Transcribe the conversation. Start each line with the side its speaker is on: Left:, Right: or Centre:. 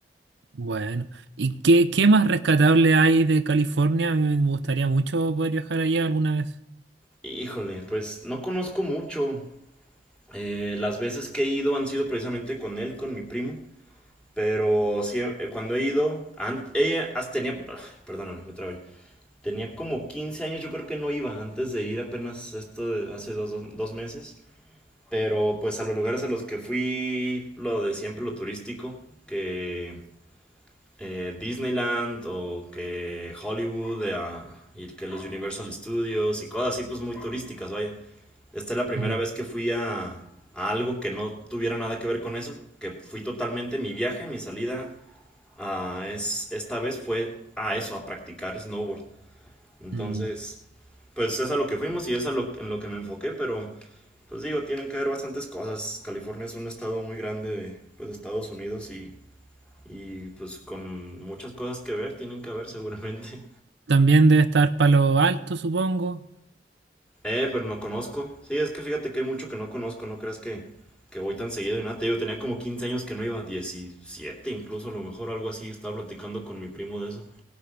Right: Bueno, ¿y qué, qué más rescatable hay de California? A mí me gustaría mucho poder viajar allá alguna vez.
Centre: Híjole, pues no conozco mucho. Eh, las veces que he ido han sido precisamente con él, con mi primo. Pero sí, eh, cuando he ido, ella hasta tenía, perdóname, me trabé. Tenía como 15 años, yo creo que no iba antes de ir apenas esto de hace dos, dos- dos meses. Pero pues a los lugares a los que fui, lo de siempre, lo turístico, que eh, Disneyland o que Hollywood eh, ah, y que los Universal Studios y cosas así, pues muy turísticas, vaya. Esta es la primera
Right: Mm,
Centre: vez que fui a, a algo que no tuviera nada que ver con eso, que fui totalmente mi viaje, mi salida a es, esta vez fue a eso, a practicar snowboard. Entonces,
Right: mm.
Centre: pues es a lo que fuimos y es a lo, en lo que me enfoqué, pero pues digo, tienen que haber bastantes cosas. California es un estado muy grande de pues, Estados Unidos y, y pues con muchas cosas que ver, tienen que haber seguramente.
Right: También debe estar Palo Alto, supongo.
Centre: Eh, pero no conozco. Sí, es que fíjate que hay mucho que no conozco, no creas que, que voy tan seguido y nada. Te digo, tenía como 15 años que no iba, 17, incluso, a lo mejor algo así, estaba platicando con mi primo de eso.